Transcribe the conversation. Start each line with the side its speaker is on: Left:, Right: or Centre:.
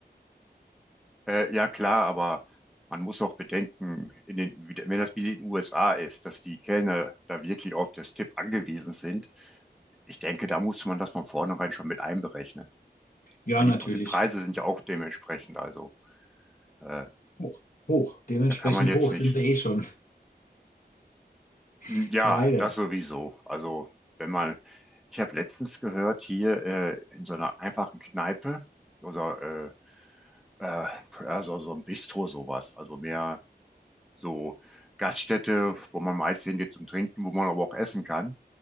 Centre: äh, ja klar, aber man muss auch bedenken, in den, wie- wenn das wie in den USA ist, dass die Kellner da wirklich auf das Tipp angewiesen sind. Ich denke, da muss man das von vornherein schon mit einberechnen,
Left: Ja,
Centre: weil die
Left: natürlich.
Centre: Pre- Preise sind ja auch dementsprechend. Also, äh,
Left: Hoch. Hoch. Dementsprechend
Centre: da kann man jetzt
Left: hoch
Centre: nicht
Left: sind sie eh schon.
Centre: Hm,
Left: <laughs>
Centre: Ja,
Left: Leider.
Centre: das sowieso. Also, wenn man, ich habe letztens gehört, hier äh, in so einer einfachen Kneipe oder äh, äh, ja, so, so ein Bistro sowas, also mehr so Gaststätte, wo man meist hingeht zum Trinken, wo man aber auch essen kann,